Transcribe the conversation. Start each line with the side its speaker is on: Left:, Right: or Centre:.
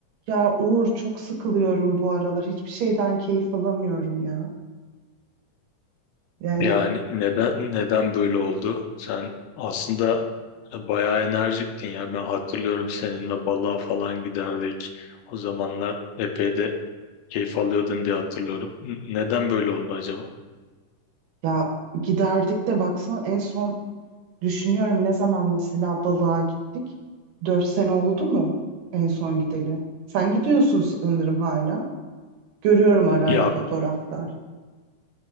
Right: Ya Uğur çok sıkılıyorum bu aralar. Hiçbir şeyden keyif alamıyorum ya. Yani
Left: Yani neden neden böyle oldu? Sen aslında e, bayağı enerjiktin ya. Ben hatırlıyorum seninle balığa falan giderdik. O zamanlar epey de keyif alıyordun diye hatırlıyorum. N- Neden böyle oldu acaba?
Right: ya giderdik de baksan en son düşünüyorum ne zaman mesela balığa gittik. Dört sene oldu mu en son gideli? Sen gidiyorsun sanırım hala. Görüyorum ara
Left: Ya
Right: ara fotoğraflar.